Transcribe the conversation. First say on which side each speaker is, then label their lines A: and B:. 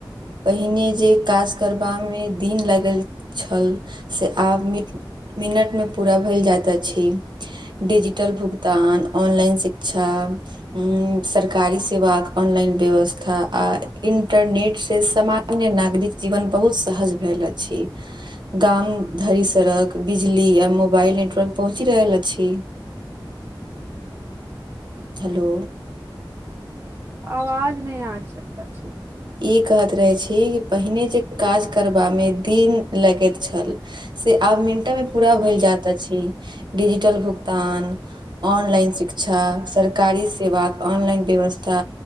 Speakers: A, on the right; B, on the right.
A: पहिने जे काज करबा मे दिन लागल छल से आब मित मिनट मे पूरा भेल जाइत अछि डजिटल भुगतान ऑनलाइन शिक्षा उं सरकारी सेवाक ऑनलाइन व्यवस्था आ इन्टरनेटसँ सामान्य नागरिक जीवन बहुत सहज भेल ऐ छी गाम धरी सड़क बिजली आ मोबाइल नेटवर्क पहुँचि रहल अछि हेलो
B: आवाज नइ <unintelligible>
A: ई कहत रहे छी पहिने जे काज करबा मे दिन लगैत छल से आब मंट मे पूरा
B: हँ
A: भ जात अछि डिजिटल भुगतान ऑनलाइन शिक्षा सरकारी सेवा ऑनलाइन व्यवस्था